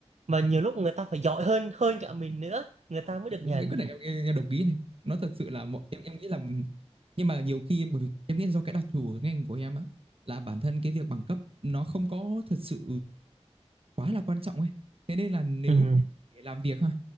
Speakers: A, on the right; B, on the right.
A: Mà nhiều lúc người ta phải giỏi hơn hơn cả mình nữa, người
B: Ờ,
A: ta mới được
B: đúng
A: nhận.
B: cái cái này em, em, em đồng ý này nó thật sự là mọi, em em nghĩ là nhưng mà nhiều khi bởi vì em nghĩ do cái đặc thù của ngành của em á là bản thân cái việc bằng cấp nó không có thật sự quá là quan trọng ấy thế nên là nếu
A: Ừ.
B: mà để làm việc ha